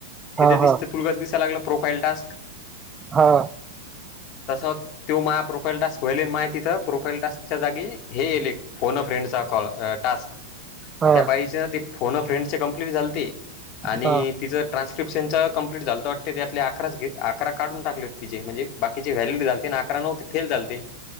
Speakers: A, on the left; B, on the right.
A: तिथे
B: हा
A: दिसत
B: हा
A: तुला कसा दिसायला लागलं प्रोफाईल टास्क?
B: हा.
A: तसा त्यो माय प्रोफाईल टास्क व्हायल माय तिथं प्रोफाईल टास्क च्या जागी, हे येएले फोन अ फ्रेंड चा कॉल टास्क
B: हा
A: त्या
B: हा
A: बाई तिचे आधी फोन आ फ्रेंड चे कम्प्लिट झालते आणि
B: हा
A: तिंच ट्रान्सस्क्रीप्शन च कंप्लीट झालंते वाटते त्यातल्या अकरा अकरा, अकरा काढून टाकलेत तिचे म्हणजे बाकीचे व्हॅलिड झालते आणि अकरा नव्हते, फेल झालते